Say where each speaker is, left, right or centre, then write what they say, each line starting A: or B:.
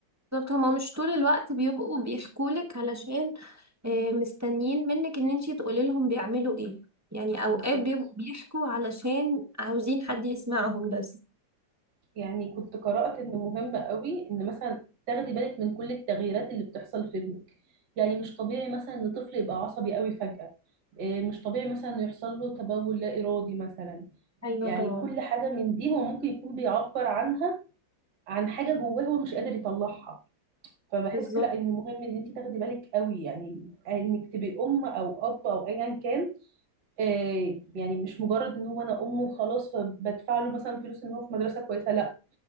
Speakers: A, on the right; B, on the right.
A: بالظبط هما مش طول الوقت بيبقوا بيحكولك علشان آه، مستنيين منك إن انتي تقولي لهم بيعملوا إيه يعني أوقات
B: بالظبط
A: بيبقوا بيحكوا علشان عاوزين حد يسمعهم بس
B: يعني كنت قرات ان مهم قوي ان مثلا تاخدي بالك من كل التغييرات اللي بتحصل في ابنك يعني مش طبيعي مثلا ان طفل يبقى عصبي قوي فجاه إيه، مش طبيعي مثلا إنه يحصل له تبول لا ارادي مثلا
A: أيوة
B: يعني
A: طبعا
B: كل حاجه من دي هو ممكن يكون بيعبر عنها عن حاجه جواه هو مش قادر يطلعها فبحس
A: بالظبط
B: لا ان مهم ان انت تاخدي بالك قوي يعني انك تبقي ام او اب او ايا كان آه يعني مش مجرد ان هو انا ام وخلاص فبدفع له مثلا فلوس ان هو في مدرسه كويسه لا